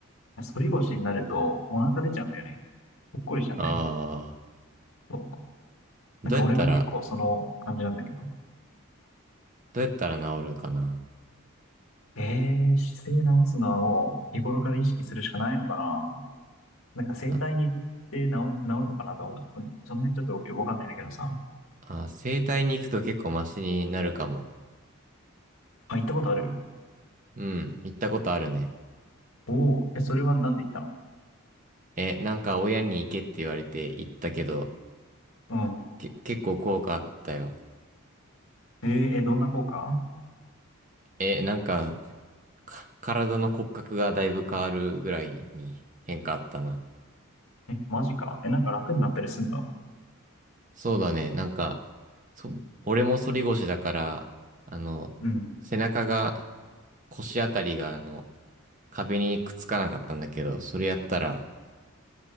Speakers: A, on the left (about 75°); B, on the right (about 35°).
A: 反り腰になるとお腹出ちゃうんだよね。ぽっこりしちゃうんだよ。
B: ああ、
A: そう
B: どうやったら、
A: なんか俺が結構その感じなんだけど。
B: どうやったら治るかな。
A: えー、姿勢直すのはもう日頃から意識するしかないのかな。なんか整体に行って治、
B: あ、
A: 治るのかなと思った。うんその辺ちょっとよくわかんないんだけどさ。
B: あ、整体に行くと結構マシになるかも。
A: あ、行ったことある
B: うん、行ったことあるね。
A: おおー、え、それはなんで行ったの
B: え、なんか親に行けって言われて行ったけど、
A: うん。
B: け、結構効果あったよ。
A: えー、え、どんな効果
B: え、なんか、か体の骨格がだいぶ変わるぐらいに変化あったな。
A: え、マジか。え、なんか楽になったりすんの
B: そうだね、なんか、そ、俺も反り腰だから、あの、
A: うん。
B: 背中が、腰あたりが、あの、壁にくっつかなかったんだけど、それやったら、